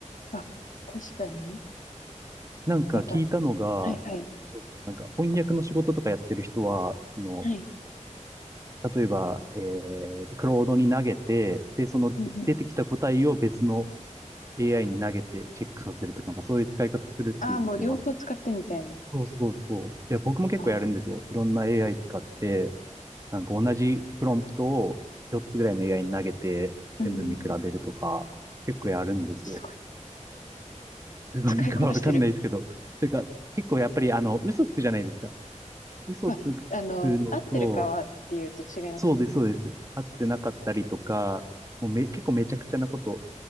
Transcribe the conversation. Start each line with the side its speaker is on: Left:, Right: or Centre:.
Left: あ、確かに。
Right: なんか聞いたのが、
Left: なんか、はいはい。
Right: そう、なんか翻訳の仕事とかやってる人は、その、
Left: はい。
Right: 例えば、えー、クロードに投げて、で、その出てきた答えを別の
Left: うんうん。
Right: AI に投げてチェックさせるとか、なんかそういう使い方するって言ってました。
Left: ああ、もう両方使ってみたいな。
Right: そうそうそう。いや、僕も結構やるんですよ。
Left: ああ。
Right: いろんな AI 使って、なんか同じプロンプトを4つぐらいの AI に投げて、
Left: うん。
Right: 全部見比べるとか、結構やるんですよ。
Left: すごい。
Right: すごいか
Left: 使いこなしてる。
Right: <laughs> わかんないですけど。というか、結構やっぱりあの、嘘つくじゃないですか。嘘つくのと、
Left: まあ、あの、合ってるかはっていうと違いますもんね。
Right: そうです、そうです。会ってなかったりとか、もうめ、結構めちゃくちゃなこと